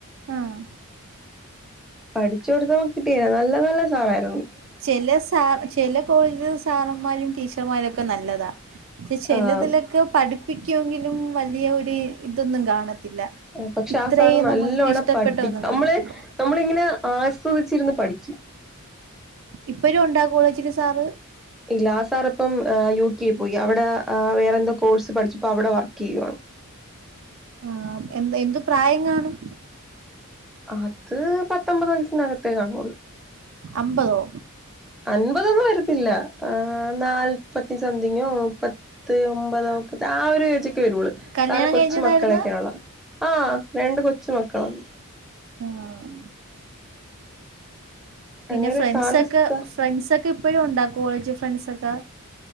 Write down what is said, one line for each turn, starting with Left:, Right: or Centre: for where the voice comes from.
Right: ആഹ്
Centre: പഠിച്ചു കൊടുത്തപ്പോ കിട്ടിയതാ നല്ല നല്ല സഹായം
Right: ചെല സാർ ചെലെ കോളേജിൽ സാറന്മാരും ടീച്ചർമാരും ഒക്കെ നല്ലതാ പക്ഷെ ചിലതിലൊക്കെ
Centre: ആഹ്
Right: പഠിപ്പിക്കു വെങ്കിലും വലിയ ഒരു ഇതൊന്നും കാണത്തില്ല
Centre: പക്ഷെ
Right: ഇത്രയും
Centre: ആ സാറ് നല്ലോണം
Right: നമുക്ക് ഇഷ്ടപ്പെട്ട
Centre: പഠിപ്പി
Right: ഒന്നും
Centre: നമ്മള്
Right: കാണത്തില്ല
Centre: നമ്മളിങ്ങനെ ആസ്വദിച്ചിരുന്ന് പഠിക്കും
Right: ഇപ്പഴും ഉണ്ടാ ആ കോളേജില് സാറ്
Centre: ഇല്ല ആ സാറു ഇപ്പം യു കെ പോയി അവിടെ വേറെന്തോ കോഴ്സ് പഠിച്ച ഇപ്പോ അവിടെ വർക്ക് ചെയ്യാണ്
Right: ആ എ എന്ത് പ്രായം കാണും
Centre: അത് പത്ത് അമ്പത് വയസ്സിനകത്തേ കാണുവൊള്ളൂ
Right: അമ്പതോ
Centre: അൻപതൊന്നും വരത്തില്ല ആ നാല്പത്തി സംതിങ്ങോ മുപ്പത്തി ത്ത് ഒമ്പത് മുപ്പത് ആ ഒരു എയ്ജ് വരുള്ളൂ
Right: കല്യാണം
Centre: കാരണം കൊച്ചുമക്കളൊക്കെയാണുള്ളത്
Right: കഴിഞ്ഞതായിരുന്ന
Centre: ആ രണ്ട് കൊച്ചുമക്കളാണ്
Right: ആഹ് പിന്നെ
Centre: അങ്ങനെ
Right: ഫ്രണ്ട്സൊക്കെ
Centre: സാന്റെ സ്ഥ
Right: ഫ്രണ്ട്സ ഒക്കെ ഇപ്പഴും ഉണ്ടാ കോളേജ് ഫ്രണ്ട് സൊക്കെ